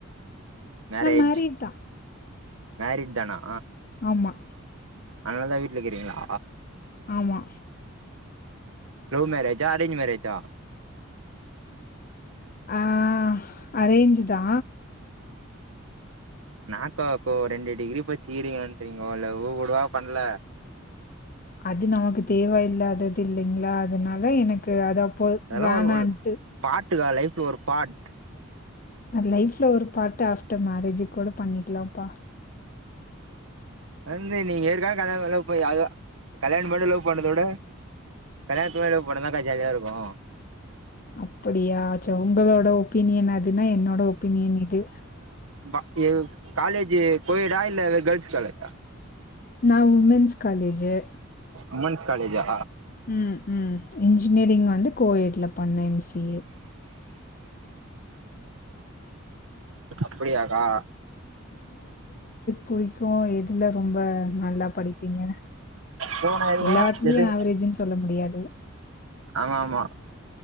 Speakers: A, on the right; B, on the left.
A: மேரேஜ்
B: நா மேரிட்தா
A: மேரிட் தானா
B: ஆமா
A: அன்னாலதா வீட்ல இருக்கிறீங்களா
B: ஆமா.
A: லவ் மேரேஜா அரேஞ் மேரேஜா
B: ஆஹ் அரேஞ் தா
A: நாக்காக்கோ ரெண்டு டிகிரி படிச்சுகிறீங்ன்கோ லவ்வு கூடவா பண்ல
B: அது நமக்கு தேவ இல்லாதது இல்லைங்களா அதனால எனக்கு அது அப் போ
A: அதெல்லா
B: வேணான்ட்டு
A: ஒரு <unintelligible> லைஃப்ல ஒரு பாட்
B: லைஃப்ல ஒரு பார்டு ஆஃப்டர் மேரேஜ் கூட பண்ணிக்கலாம்ப்பா
A: வந்து நீங்க ஏற்கா கல்யாண லவ் பண்ண அத கல்யாண பண்ணி லவ் பண்றதவிட கல்யாணத்துக்கு முன்னாடி லவ் பண்ணா தா கா ஜாலியா இருக்கு
B: அப்படியா அச்சோ உங்களோட ஒபீனியன் அதுன்னா என்னோட ஒபீனியன் இது
A: பா காலேஜி கோயேடா இல்ல கேள்ஸ் காலேஜா
B: நா உமென்ஸ் காலேஜு
A: உமென்ஸ் காலேஜா
B: உம் உம் இன்ஜினியரிங் வந்து கோயேட் ல பண்ண எம் சி யே
A: அப்டியாக்கா
B: போய்க்கோ எதுல ரொம்ப நல்லா படிப்பீங்க
A: சோ நா எதுமே
B: எல்லாத்துலயு
A: எது
B: ஆவரேஜ்ன்னு சொல்ல முடியாது
A: ஆமா ஆமா